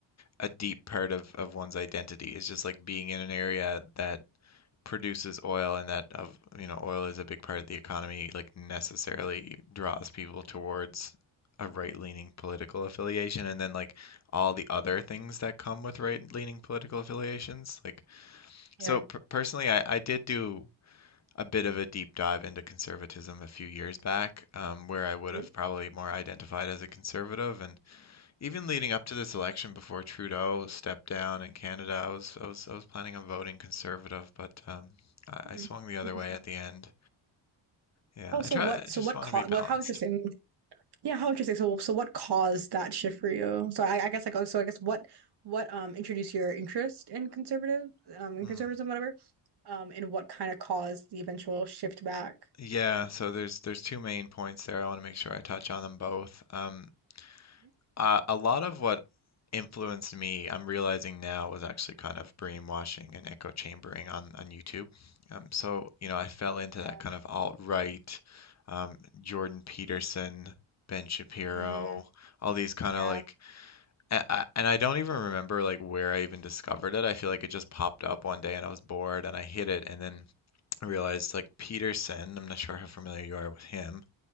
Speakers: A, on the left; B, on the right.
A: a deep part of of one's identity is just like being in an area that produces oil and that of you know oil is a big part of the economy like necessarily draws people towards a right-leaning political affiliation and then like all the other things that come with right-leaning political affiliations like so
B: Yeah.
A: per personally I, I did do a bit of a deep dive into conservatism a few years back um, where I would
B: Mm-hmm.
A: have probably more identified as a conservative and even leading up to this election before Trudeau stepped down in Canada, I was I was I was planning on voting conservative, but um, I,
B: Mm-hmm.
A: I swung the other
B: Interesting.
A: way at the end. Yeah,
B: Oh,
A: I
B: so
A: try.
B: what
A: I
B: so
A: just
B: what
A: want
B: caused
A: to be balanced.
B: well how interesting. Yeah, how interesting. So so what caused that shift for you? So I, I guess like oh, so I guess what what um introduced your interest in conservative um in
A: Mm.
B: conservatism whatever? um, and what kind of caused the eventual shift back.
A: Yeah, so there's there's two main points there. I want to make sure I touch on them both. Um,
B: Mhm.
A: Uh, a lot of what influenced me, I'm realizing now, was actually kind of brainwashing and echo chambering on on YouTube. Um, so you know, I fell into
B: Yeah.
A: that kind of alt-right, um, Jordan Peterson, Ben Shapiro,
B: Mm,
A: all these kind
B: yeah.
A: of like, a- a- and I don't even remember like where I even discovered it. I feel like it just popped up one day and I was bored and I hit it, and then I realized like Peterson. I'm not sure how familiar you are with him.